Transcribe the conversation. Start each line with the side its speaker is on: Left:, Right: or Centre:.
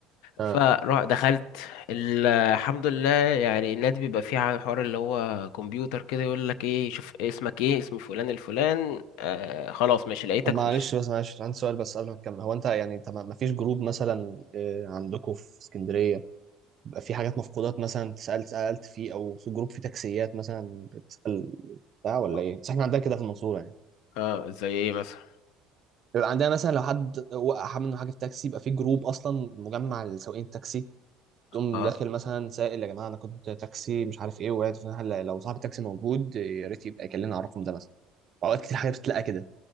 Right: اه
Left: فروح دخلت ال- الحمد لله يعني النادي بيبقى فيه ع- حوار اللي هو كمبيوتر كده يقول لك ايه شوف اسمك ايه اسم فلان الفلان آه خلاص ماشي لقيتك
Right: طب معلش
Left: خش
Right: بس معلش عندي سؤال بس قبل ما تكمل هو انت يعني انت ما ما فيش جروب مثلا آه، عندكم في اسكندريه بيبقى في حاجات مفقودات مثلا سألت سألت فيه او في جروب فيه تكسيات مثلا بتسأل بتاع ولا
Left: اه
Right: ايه بس احنا عندنا كده في المنصورة يعني
Left: آه، زي ايه مثلا
Right: بيبقى عندنا مثلا لو حد وقع منه حاجة في تاكسي يبقى في جروب اصلا مجمع لسواقين التاكسي تقوم
Left: اه
Right: داخل مثلا سائل يا جماعة انا كنت تاكسي مش عارف ايه وقعت فين هل لو صاحب التاكسي موجود يا ريت يبقى يكلمنا على الرقم ده مثلا اوقات كتير حاجة بتتلقى كده